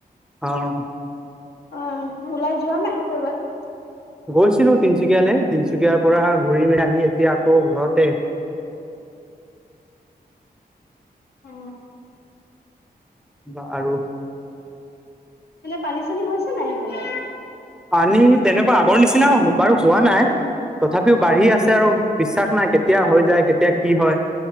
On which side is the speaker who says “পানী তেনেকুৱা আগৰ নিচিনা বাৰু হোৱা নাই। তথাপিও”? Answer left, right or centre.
Centre